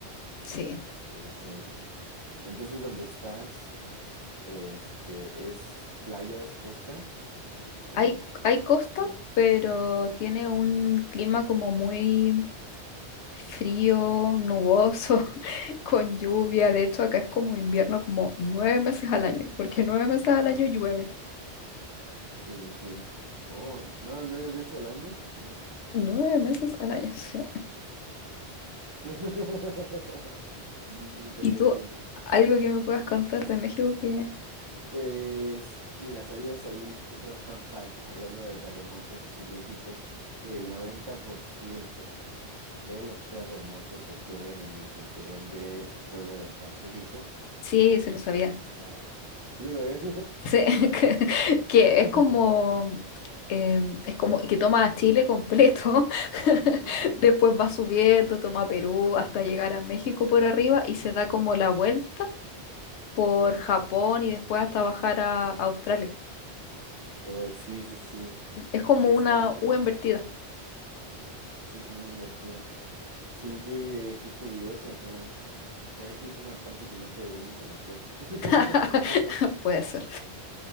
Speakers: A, on the left (about 80°); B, on the right (about 35°).
A: Sí.
B: Sí, sí. Entonces, ¿dónde estás? Este, ¿es playa, es costa? O
A: Hay, hay costa,
B: Mm,
A: pero tiene un clima como muy frío, nuboso, <laughs> con lluvia. De hecho, acá es como invierno como nueve meses al año, porque nueve meses
B: ajá.
A: al año llueve.
B: Sí, sí, sí. Oh, no, nueve veces al año. Mm.
A: Nueve meses
B: Pero eso-
A: al año, <laughs> sí.
B: <laughs> Siempre está
A: ¿Y
B: lloviendo.
A: tú algo que me puedas contar de México que...
B: Pues, mira, ¿sabías ahí otro fun fact hablando de terremotos y México? Que el 90% de los terremotos ocurren en el cinturón de fuego del Pacífico,
A: Sí,
B: que es
A: se
B: justo
A: lo sabía.
B: donde está. ¿Sí lo sabías?
A: Sí, <laughs> que, que es
B: <laughs>
A: como, eh, es como que toma a Chile completo, <laughs>
B: Sí, sí, sí.
A: después va subiendo, toma Perú hasta llegar a México por arriba y se da como la vuelta por
B: Ajá.
A: Japón y después hasta bajar a, Australia.
B: Oh, sí, sí, sí.
A: Sí, Es como
B: Sí,
A: una
B: está interesante.
A: U invertida.
B: ajá. Sí, como una invertida. Sí, qué, qué curioso, ajá. ¿Será que es una parte que no pegó bien de la Tierra? <laughs>
A: <laughs> Puede ser.